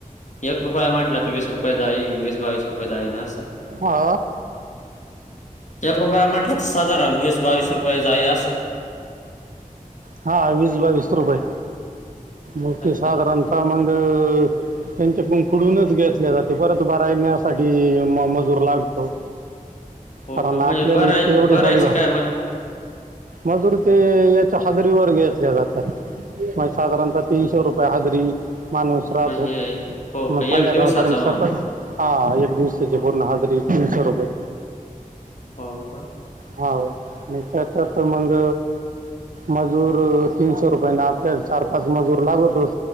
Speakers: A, on the left; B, on the right.
A: एक रुपये म्हटलं तर वीस रुपये <unintelligible> वीस, बावीस रुपये <unintelligible> ना असं.
B: हो.
A: एक रुपया म्हटलं, तर साधारण वीस, बावीस रुपये <unintelligible> असं.
B: हा, वीस, बावीस रुपये मग
A: अच्छा
B: ते साधारणतः मग त्यांच्याकडून फुडूनच घेतले जाते, परत भरायण्यासाठी म मजूर लागतो.
A: हो,
B: कारण
A: का. म्हणजे
B: आपल्याला
A: भरायच
B: इतके एवढे
A: भरायचे
B: जाळी भर
A: काय मग?
B: मजूर ते येत हजरी वर घेतल्या जातात, मग साधारणतः तीनशे रुपये हजरी माणूस राहतो,
A: म्हणजे हो
B: मग
A: का एक
B: संध्याकाळपर्यंत
A: दिवसाचा मान
B: <unintelligible> हा एक दिवसाची
A: हां
B: पूर्ण हजरी तीनशे रुपये.
A: हो का
B: होा म त्याच्या तर मंग. मजूर तीनशे रुपये ना आपल्याला चार पाच मजूर लागतोच.